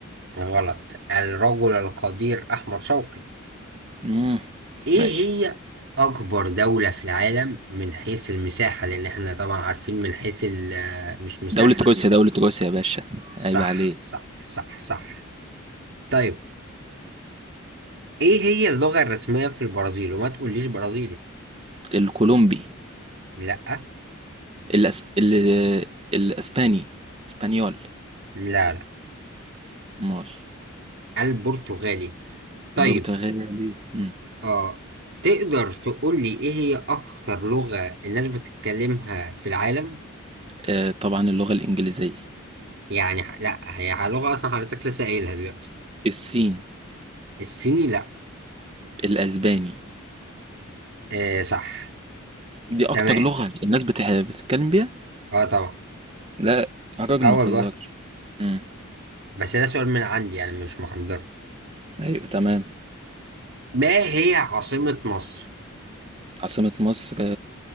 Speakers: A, on the right; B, on the right.
A: غلط الرجل القدير احمد شوقي
B: مم.
A: ايه
B: ماشي
A: هي اكبر دولة في العالم من حيث المساحة لان احنا طبعا عارفين من حيث ال- مش مساحة
B: دولة روسيا دولة روسيا يا باشا
A: صح
B: عيب عليه
A: صح صح صح طيب ايه هي اللغة الرسمية في البرازيل وما تقوليش برازيلي
B: الكولومبي
A: لا
B: الأسب... ال... الأسباني اسبانيول
A: لا لا
B: مول
A: البرتغالي طيب
B: البرتغالي مم.
A: اه تقدر تقولي ايه هي اكتر لغة الناس بتتكلمها في العالم
B: آه طبعا اللغة الإنجليزية
A: يعني ح- لا هي لغة اصلا حضرتك لسه قايلها دلوقتي
B: الصين
A: الصيني لا
B: الأسباني
A: آه صح
B: دي أكتر
A: تمام
B: لغة الناس بتح... بتتكلم بيها
A: اه طبعا
B: لا يا راجل
A: اه
B: ما
A: والله
B: تهزرش مم.
A: بس ده سؤال من عندي يعني مش محضره
B: أيوة تمام
A: ما هي عاصمة مصر
B: عاصمة مصر آه،